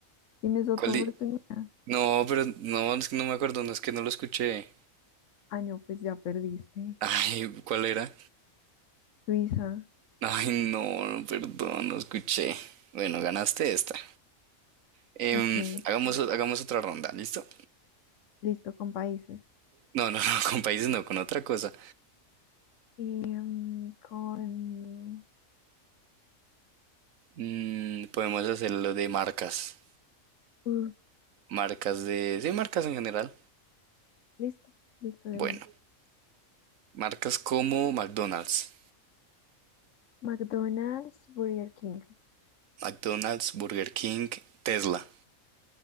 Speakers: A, on the left; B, on the right.
A: Tienes otra
B: ¿Cuál
A: oportunidad.
B: di- No, pero no, es que no me acuerdo, no es que no lo escuché.
A: Ah, no, pues ya perdiste.
B: Ay, ¿cuál era?
A: Suiza,
B: Ay, no, perdón, no escuché. Bueno, ganaste esta. Em,
A: ok,
B: hagamos, hagamos otra ronda, ¿listo?
A: listo, con países.
B: No, no, <laughs> no, con países no, con otra cosa.
A: Em, con...
B: Mm, podemos hacer lo de marcas.
A: uh,
B: Marcas de... Sí, marcas en general.
A: listo, listo de
B: Bueno,
A: una.
B: marcas como McDonald's.
A: McDonald's, Burger King.
B: McDonald's, Burger King, Tesla.